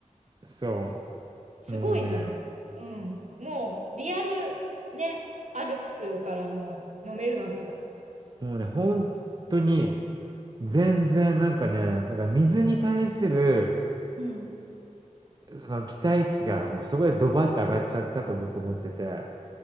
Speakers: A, on the right (about 35°); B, on the right (about 65°).
A: そう。
B: すごいじゃん。
A: もうね、
B: うん。もう、リアル、ね、アルプスからもう飲めるわけだ。
A: もうね、ほんとに全然なんかね、なんか水に対する、
B: うん。
A: その期待値がもうそこでドバッと上がっちゃったと僕思ってて。